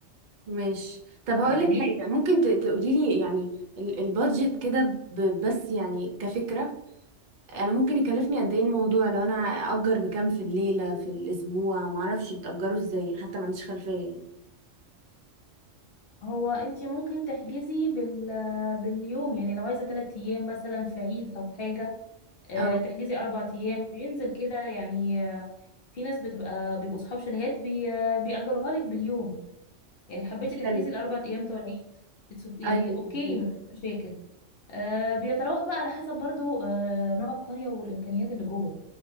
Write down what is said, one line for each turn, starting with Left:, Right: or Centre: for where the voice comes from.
Right: ماشي طب هقول
Left: فاهماني
Right: لك حاجه ممكن تقولي لي يعني ال- البادجت كده ب- بس يعني كفكره انا ممكن يكلفني قد ايه الموضوع لو انا اجر بكام في الليله في الاسبوع معرفش بتاجروا ازاي حتى ما عنديش خلفيه
Left: هو انت ممكن تحجزي بال باليوم يعني لو عايزة تلات ايام مثلا في عيد او حاجة آه،
Right: اه
Left: تحجزي اربع ايام بينزل كده يعني آه، في ناس بتبقى بيبقوا اصحاب شاليهات بي آه، بيأجروها لك باليوم يعني حبيتي تحجزي
Right: حلو
Left: الاربع ايام بتوع العيد بتس- يعني
Right: ايوه
Left: اوكي
Right: مظبوط.
Left: ما فيش مشاكل آه بيتراوح بقى على حسب برضو آه نوع القرية والإمكانيات اللي جوه